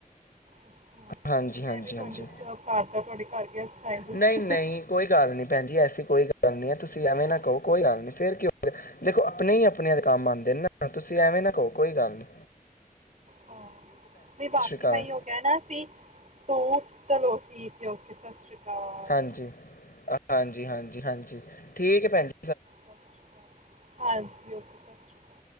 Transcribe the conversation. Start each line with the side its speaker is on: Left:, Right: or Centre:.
Right: ਅੱਛਾ
Left: ਹਾਂਜੀ
Right: ਮੈਂ
Left: ਹਾਂਜੀ
Right: ਵੀ ਤੁਹਾਨੂੰ
Left: ਹਾਂਜੀ
Right: ਡਿਸਟਰਬ ਕਰਤਾ ਤੁਹਾਡੇ ਘਰ ਗੈਸਟ ਆਏ ਹੋਏ
Left: ਨਹੀਂ
Right: ਸੀ
Left: ਨਹੀਂ ਕੋਈ ਗੱਲ ਨੀ ਭੈਣ ਜ ਐਸੀ ਕੋਈ ਗੱਲ ਨੀ ਹੈ ਤੁਸੀਂ ਐਵੇਂ
Right: ਹਾਂ
Left: ਨਾ ਕਹੋ ਕੋਈ ਗੱਲ ਨਹੀ ਫਿਰਰਓ ਦੇਖੋ ਆਪਣੇ ਹੀ ਆਪਣੇ ਦੁਕਮ ਆਣਦੇ ਨੇ ਨਾ ਤੁਸੀ ਐਵੇਂ ਨਾ ਕਹੋ ਕੋਈ ਗੱਲ ਨਹੀ
Right: ਹਾਂ ਵੀ ਬਾਕੀ
Left: ਅਕਾਲ
Right: ਮੈਂ ਹੀ ਉਹ ਕਹਿਣਾ ਸੀ ਸੂਟ ਚਲੋ ਠੀਕ ਹੈ ਓਕੇ ਸਤਿ ਸ਼੍ਰੀਕ ਹ
Left: ਹਾਂਜੀ ਅ- ਹਾਂਜੀ ਹਾਂਜੀ ਹਾਂਜੀ ਠੀਕ ਹੈ ਭੈਣ ਜ
Right: ਸਤਿ ਸ਼੍ਰੀ ਅਕਾਲ ਹਾਂਜੀ ਓਕੇ ਅਕਾਲ